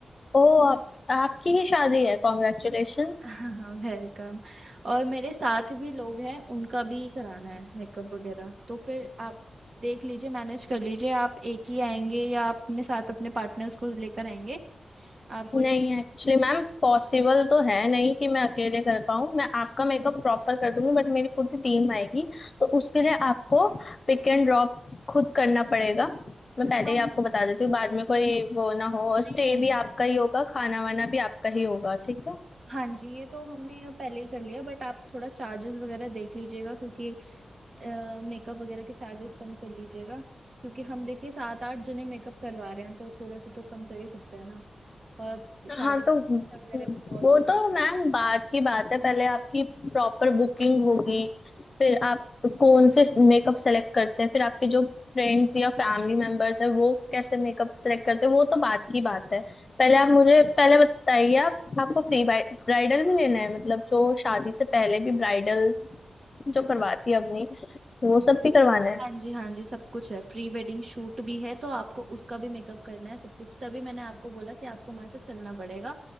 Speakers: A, on the left; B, on the right.
A: ओ आप आपकी ही शादी है कॉन्ग्रेचुलेशंस
B: <laughs> हाँ वेलकम और मेरे साथ भी लोग हैं उनका भी कराना है मेकअप वगैरह तो फिर आप देख लीजिए मैनेज कर लीजिए आप एक ही आएंगे या आप अपने साथ अपने पार्टनर्स को लेकर आएंगे आप वो
A: नहीं
B: चेक
A: एक्चुअली मैम पॉसिबल तो है नहीं कि मैं अकेले कर पाऊँ मैं आपका मेकअप प्रॉपर कर दूंगी बट मेरी पूरी टीम आएगी तो उसके लिए आपको पिक एंड ड्रॉप खुद करना पड़ेगा मैं पहले
B: हाँ
A: ही
B: जी
A: आपको बता देती हूँ बाद में कोई वो ना हो और
B: नहीं
A: स्टे
B: नहीं
A: भी आपका ही होगा खाना वाना भी आपका ही होगा ठीक है
B: हाँ जी ये तो हमने पहले ही कर लिया बट आप थोड़ा चार्जेस वगैरह देख लीजिएगा क्योंकि मेकअप वगैरह के चार्जेस कम कर लीजिएगा क्योंकि हम देखिए सात आठ जने मेकअप करवा रहे हैं तो थोड़ा सा तो कम कर ही सकते हैं ना और शादी
A: हाँ तो
B: वगैरह भी बहुत
A: वो
B: हो
A: तो मैम बात की बात है पहले आपकी प्रॉपर बुकिंग होगी फिर आप कौन से मेकअप सेलेक्ट करते हैं फिर आपके जो फ्रेंड्स या फैमिली मेंबर्स है वो कैसे मेकअप सेलेक्ट करते हैं वो तो बात की बात है पहले आप मुझे पहले बताइए आप आपको प्री ब्राइडल भी लेना है मतलब जो शादी से पहले भी ब्राइडल जो करवाती है अपनी वो सब भी करवाना है
B: हाँ जी हाँ जी सब कुछ है प्री वेडिंग शूट भी है तो आपको उसका भी मेकअप करना है सब कुछ तभी मैंने आपको बोला कि आपको हमारे साथ चलना पड़ेगा